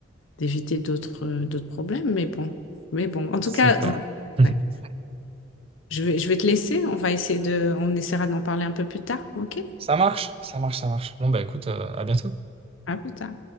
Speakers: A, on the left; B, on the right.
A: d'éviter d'autres euh, d'autres problèmes. Mais bon, mais bon, en tout
B: C'est
A: cas,
B: clair.
A: on-
B: <laughs>
A: ouais. Je vais, je vais te laisser. On va essayer de, on essaiera d'en parler un peu plus tard, ok?
B: Ça marche, ça marche, ça marche. Bon, bah écoute, euh, à bientôt.
A: À plus tard.